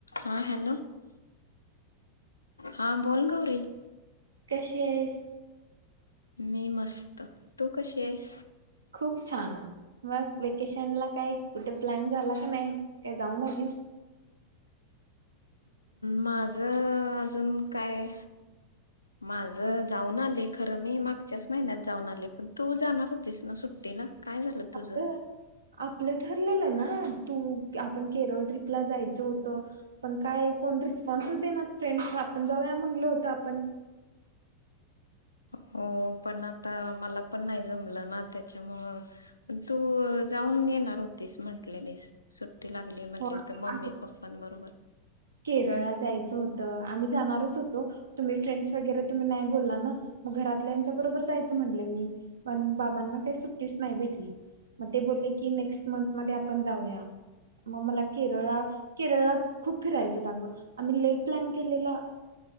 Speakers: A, on the left (about 80°); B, on the right (about 75°).
A: हा हॅलो हा बोल गौरी
B: कशी आहेस?
A: मी मस्त, तू कशी आहेस?
B: खूप छान. मग वेकेशन ला काय कुठे प्लॅन झाला का नाही काय जाऊन आलीस?
A: माझं अजून काय
B: <inaudible>
A: माझ जाऊन आले खरं मी मागच्याच महिन्यात जाऊन आले, पण तू जाणार होतीस ना सुट्टीला काय झालं तुझं?
B: अगं आपलं ठरलेलं ना तू की आपण केरळ ट्रीपला जायचं होतं. पण काय कोण रिस्पॉन्सच देइनात फ्रेंड्स आपण जाऊया म्हटलं होतं आपण.
A: हो पण आता मला पण नाही जमलं ना त्याच्यामुळं पण तू जाऊन येणार होतीस म्हटलेलीस. सुट्टी लागली म्हटले
B: हो
A: तर मम्मी
B: अगं
A: पप्पांबरोबर.
B: केरळला जायचं होतं आम्ही जाणारच होतो तुम्ही फ्रेंडस वगैरे तुम्ही नाही बोलला ना मग घरातल्याच्या बरोबर जायचं म्हणलं मी पण बाबांना काही सुट्टीच नाही भेटली मग ते बोलले की नेक्स्ट मंथ मध्ये आपण जाऊया. मग मला केरळ केरळात खूप फिरायचं होतं अगं आम्ही लई प्लॅन केलेला.